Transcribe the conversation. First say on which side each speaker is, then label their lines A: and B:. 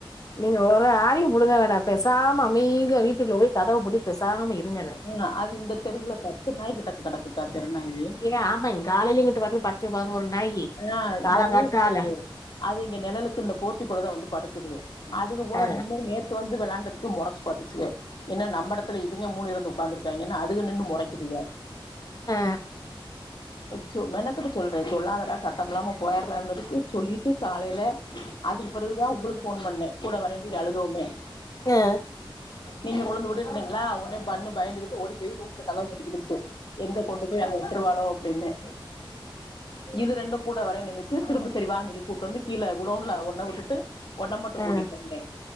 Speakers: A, on the left; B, on the left.
A: நீங்க ஒரு ஆணியு புடுங்க வேணா பேசாம அமைதியா வீட்டுக்குள்ள போய் கதவ பூட்டிட்டு பேசாம இருங்கனே
B: ம் அது இந்த தெருவுல பத்து நாய் கிட்ட கெடக்குக்கா தெருநாயி
A: ஏ ஆமாங் காலையிலங்கிட்டு வந்து பத்து பதினொரு நாயி
B: அ
A: காலங்காத்தால
B: நெறைய இருக்குது அது இங்க நெழலுக்கு இந்த போர்டிக்கோல தா வந்து படுக்குது அதுக்கு பூரா
A: அ
B: நின்னு நே வந்து வெளாண்டுகிட்டு மொறச்சு பாத்துச்சுங்க என்ன நம்ம எடத்ல இவேங்க மூணு பேரு ஒக்காந்து இருக்காங்கேனு அது வந்து நின்னு மொறைக்குதுங்க
A: அ
B: சோ மெனக்கட்டு சொல்றே சொல்லாதடா சத்தம் இல்லாம போயிராலானுதுக்கு சொல்லிட்டு காலையில அதுக்கு பிறகுதா உங்குளுக்கு போன் பண்ணே கூட வரேனு சொல்லி அழுததுமே.
A: அ
B: நீங்க கொண் வந்து உட்டுனுனிங்லா ஒனே பண்ணு பயந்துகிட்டு ஓடி போய் ரூம்க்கு கதவ பூட்டிகினுச்சு. எங்க கொண்டு போய் அங்க விட்ருவாளோ அப்டின்னு இது ரெண்டு கூட வரேன் நின்னுச்சு திரும்ப சரி வானு சொல்லி கூட்டு வந்து கீழே குடவுன்ல ஒன்ன வுட்டுட்டு ஒன்ன மட்டு
A: அ
B: கூட்டிட்டு வந்தே